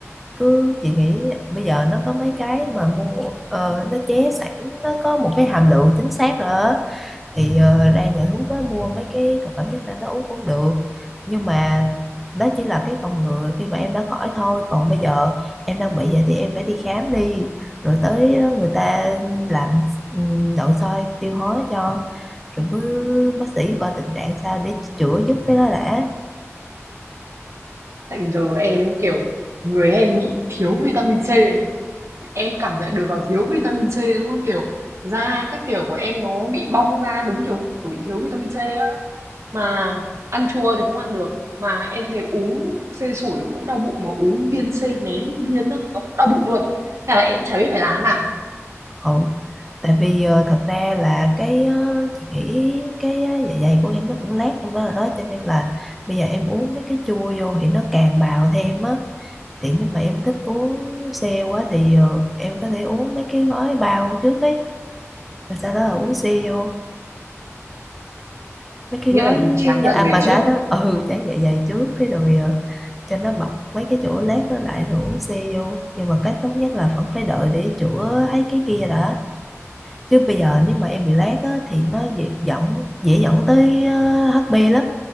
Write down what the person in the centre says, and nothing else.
cứ chị nghĩ bây giờ nó có mấy cái mà mua ờ, nó chế sẵn nó có một cái hàm lượng chính xác rồi á thì ờ, ra nhà thuốc á, mua mấy cái thực phẩm chức năng đó uống cũng được nhưng mà đó chỉ là cái phòng ngừa khi mà em đã khỏi thôi còn bây giờ em đang bị vậy thì em phải đi khám đi rồi tới đó người ta làm ừm, nội soi tiêu hóa cho rồi mới bác sĩ coi tình trạng sao để chữa giúp cái đó đã
ừ. tại vì ờ, thật ra là cái ờ, chị nghĩ cái ờ, dạ dày của em nó cũng lát trong đó rồi đó cho nên là bây giờ em uống mấy cái chua vô thì nó càng bào thêm á thì nếu mà em thích uống xe quá thì ờ, em có thể uống mấy cái gói bao trước ấy và sau đó là uống xe vô mấy cái
gói
giống như
Amagat
đó ừ tráng dạ dày trước cái rồi ờ, cho nó bọc mấy cái chỗ lát đó lại rồi uống xe vô nhưng mà cách tốt nhất là vẫn phải đợi để chữa thấy cái kia đã chứ bây giờ nếu mà em bị lát á, thì nó dễ dẫn dễ dẫn tới ờ, HB lắm